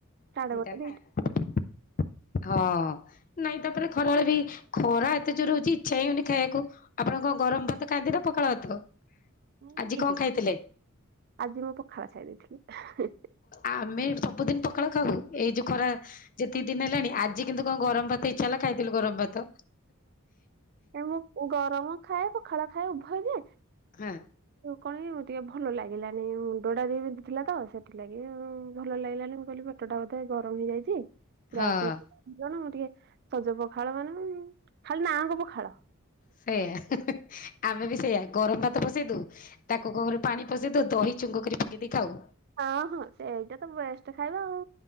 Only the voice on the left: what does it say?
ଦିଟା
ନା ହଁ। ନାଇଁ ତାପରେ ଖରାବେଳେ ବି, ଖରା ଏତେ ଜୋର ହଉଛି ଇଚ୍ଛା ହଇଉନି ଖାଇବାକୁ। ଆପଣ କଣ, ଗରମ ଭାତ ଖାଆନ୍ତି ନା, ପଖାଳ ଭାତ?
ଆଜି
କଣ ଖାଇଥିଲେ?
ଆମେ ସବୁଦିନ ପଖାଳ। ଖାଉ ଏଇ ଯୋଉ ଖରା, ଯେତିକି ଦିନ ହେଲାଣି ଆଜି କିନ୍ତୁ କଣ ଗରମ ଭାତ ଇଚ୍ଛା ହେଲା ଖାଇଥିଲୁ ଗରମ ଭାତ।
ହଁ।
ହଁ
ସେଇଆ ହଁ ହଁ ଆମେ ବି ସେଇଆା ଗରମ ଭାତ ପସେଇ ଦଉ ତାକୁ କଣ କରୁ ପାଣି ପସେଇ ଦଉ ଦହି ଛୁଙ୍କ କରି ପକେଇ ଦେଇ ଖାଉ।